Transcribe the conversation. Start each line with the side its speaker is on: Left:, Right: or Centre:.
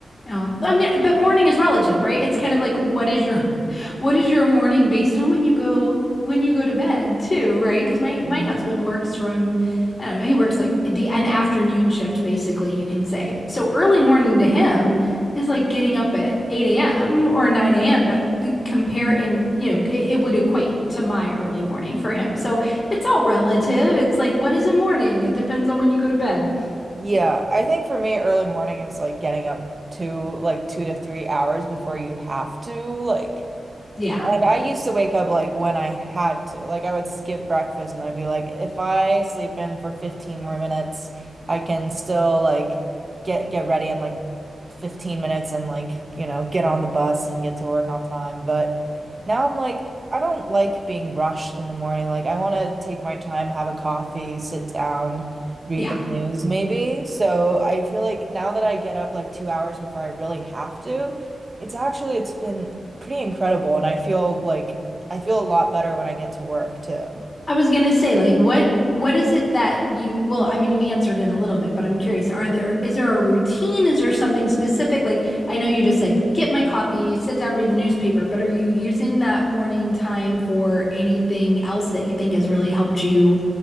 Left: Oh, I mean, but morning is relative, right? It's kind of like what is your <laughs> what is your morning based on when you go when you go to bed too, right? Because my
Right: Mhm.
Left: my husband works from I don't know, he works like the an afternoon shift basically, you can say. So early morning to him is like getting up at 8 a.m. or 9 a.m., but the- compare and you know, it, it would equate to my early morning for him. So it's all relative. It's like what is a morning? It depends on when you go to bed.
Right: Yeah, I think for me, early morning is like getting up two, like two to three hours before you have to, like.
Left: Yeah.
Right: And I used to wake up like when I had to. Like I would skip breakfast and I'd be like, if I sleep in for 15 more minutes, I can still like get get ready in like 15 minutes and like, you know, get on the bus and get to work on time. But now I'm like, I don't like being rushed in the morning. Like I want to take my time, have a coffee, sit down, read
Left: Yeah.
Right: the news maybe. So I feel like now that I get up like two hours before I really have to, it's actually it's been pretty incredible. And I feel like I feel a lot better when I get to work too.
Left: I was gonna say, like, what what is it that you, well, I mean, you answered it a little bit, but I'm curious, are there is there a routine? Is there something specific? Like, I know you just said, get my coffee, sit down, read the newspaper, but are you using that morning time for anything else that you think has really helped you